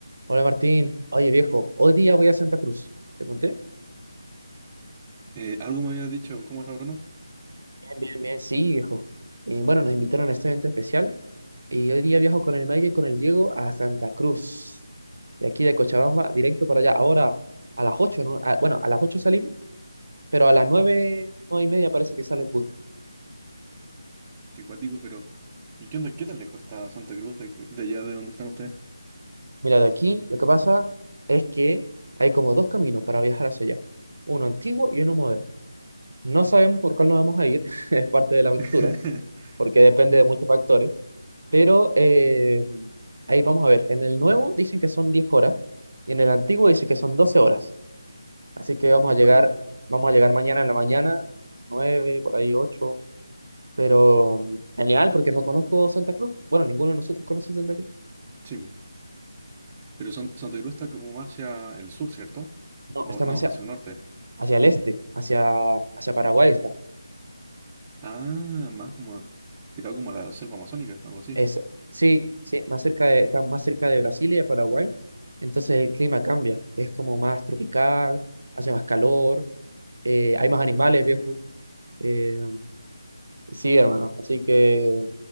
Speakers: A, on the right; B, on the right.
A: Hola Martín, oye viejo, hoy día voy a Santa Cruz. ¿Te conté?
B: Eh, algo me había dicho, ¿cómo está Bruno?
A: Bien, bien, bien, sí, viejo. Eh, bueno, nos invitaron a este evento especial y hoy día viajo con el Mike y con el Diego a Santa Cruz. De aquí de Cochabamba, directo para allá. Ahora a las 8, ¿no? Ah, bueno, a las 8 salimos, pero a las 9 9 y media parece que sale el bus.
B: Que cuático, pero ¿y qué onda? ¿Qué tan lejos está Santa Cruz de, de allá de donde están ustedes?
A: Mira, de aquí lo que pasa es que hay como dos caminos para viajar hacia allá. Uno antiguo y uno moderno. No sabemos por cuál nos vamos a ir, <laughs> es parte de la aventura,
B: <laughs>
A: porque depende de muchos factores. Pero eh, ahí vamos a ver. En el nuevo dicen que son 10 horas y en el antiguo dice que son 12 horas. Así que
B: Oh,
A: vamos
B: qué
A: a llegar,
B: cuático.
A: vamos a llegar mañana en la mañana, 9 por ahí ocho Pero mm, genial, porque no conozco Santa Cruz. Bueno, ninguno de nosotros conoce Santa Cruz.
B: Sí, pero San- Santa Cruz está como más hacia el sur, ¿cierto?
A: No,
B: O
A: está
B: no,
A: más hacia,
B: hacia el norte.
A: hacia el este, hacia, hacia Paraguay está.
B: Ah, más como tirado como a la selva amazónica, algo así.
A: Es, sí, sí, más cerca de, está más cerca de Brasil y de Paraguay. Entonces el clima cambia. Es
B: Mm.
A: como más tropical, hace más calor, eh, hay más animales,
B: Eh,
A: viejo. eh, Sí, hermano. Así que,